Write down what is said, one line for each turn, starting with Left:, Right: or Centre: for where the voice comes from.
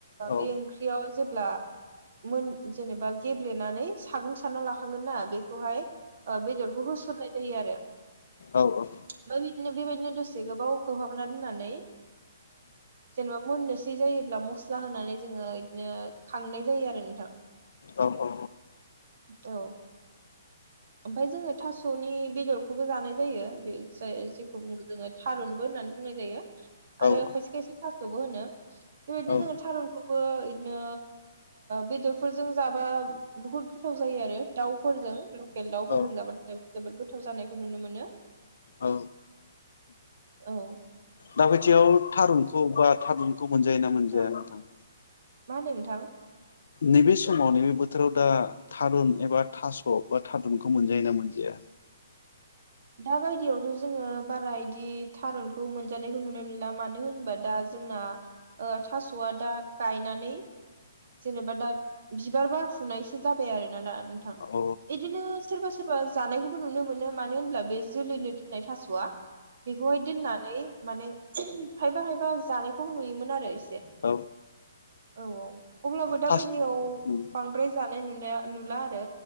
Left: औ
Right: बे ओंख्रियाव जेब्ला मोन जेनेबा गेब्लेनानै सागं सारना लाखांगोन ना बेखौहाय बेदरखौ होसननाय जायो आरो
Left: औ औ
Right: ओमफ्राय बेबायदिनो दसे गोबाव खोबहाबना दोननानै जेनेबा मोननोसै जायोब्ला मस्ला होनानै जोङो बिदिनो खांनाय जायो आरो नोंथां
Left: अ अ
Right: द' ओमफफ्राय जोङो थास'नि बेदरखौबो जानाय जायो बे जेखौ बुङो जोङो थारुनबो होननानै बुंनाय जायो आरो
Left: औ
Right: खायसे खायसे थास'बो होनो बेबायदिनो
Left: औ
Right: जोङो थारुनखौबो बिदिनो बेदरफोरजों जाबा बहुद गोथाव जायो आरो दाउफोरजों ेल
Left: औ
Right: दाावफोरजों जाबाथाय जोबोद गोथाव जानायखौ नुनो मोनो
Left: औ
Right: औ
Left: दाबायथियाव थारुनखौ बा थारुन खौ मोनजायोना मोनजाया
Right: औ
Left: नोंथां
Right: मा नोंथां
Left: नैबे समाव नैबे बोथोराव दा थारुन एबा थास' बा थारुनखौ मोनजायोना मोनजाया
Right: दा बायदियावथ' जोङो बारा बिदि थारुनखौ मोनजानायखौ नुनो मोनला मानो होनबा दा जोंना थास'आ दा गायनानै जेनेबा दा बिबार बारफुनायसो जाबाय आरोोना दा नोंथां
Left: औ
Right: बिदिनो सोरबा सोरबा जानायखौबो नुनो मोनो मानो होनब्ला बे जोलैनो दोननाय थास'आ बेखौहाय दोननानै माने खायबा खायबा जानायखौबो नुयोमोन आरो एसे
Left: औ
Right: औ औ अब्लाबो दााबायदियाव
Left: थास'
Right: बांद्राय जानाय नुनाय नुला आरो